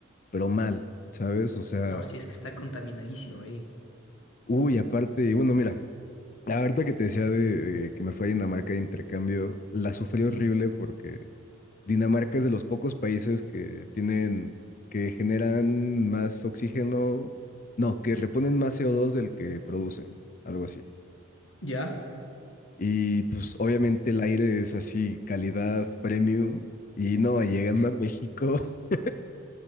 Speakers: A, on the left; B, on the left.
A: pero mal, ¿sabes? O sea,
B: No, sí, es que está contaminadísimo ahí.
A: uy, aparte, y bueno, mira, ahorita que te decía de, de que me fui a Dinamarca de intercambio, la sufrí horrible porque Dinamarca es de los pocos países que tienen, que generan más oxígeno, no, que reponen más CO2 del que producen, algo así.
B: Ya,
A: Y pues obviamente el aire es así, calidad premium. Y no, llegando a México, <laughs>